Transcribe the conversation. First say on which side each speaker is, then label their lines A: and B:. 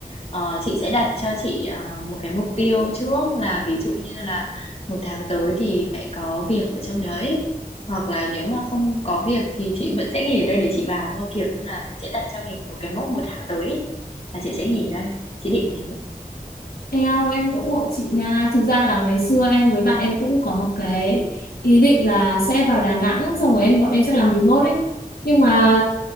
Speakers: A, on the left; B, on the left.
A: Ờ, chị sẽ đặt cho chị à, một cái mục tiêu trước là ví dụ như là một tháng tới thì phải có việc ở trong đấy hoặc là nếu mà không có việc thì chị vẫn sẽ nghỉ ở đây để chị vào thôi kiểu như là mình sẽ đặt cho mình một cái mốc một tháng tới ấy, là chị sẽ nghỉ ở đây chị định thế
B: em em ngưỡng mộ chị nga Thực ra là ngày xưa em với bạn em cũng có cái ý định là sẽ vào Đà Nẵng Xong rồi em bọn em sẽ làm remote ấy Nhưng mà